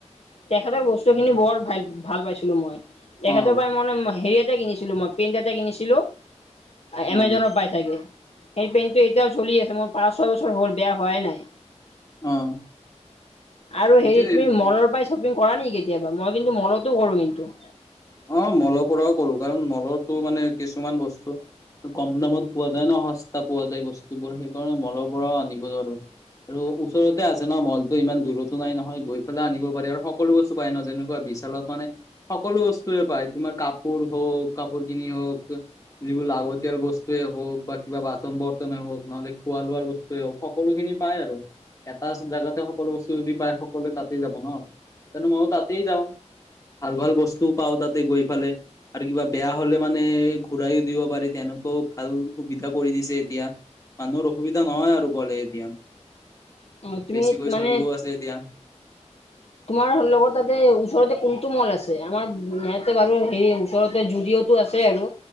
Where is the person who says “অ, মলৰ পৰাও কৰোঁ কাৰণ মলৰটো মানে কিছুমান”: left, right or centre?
Left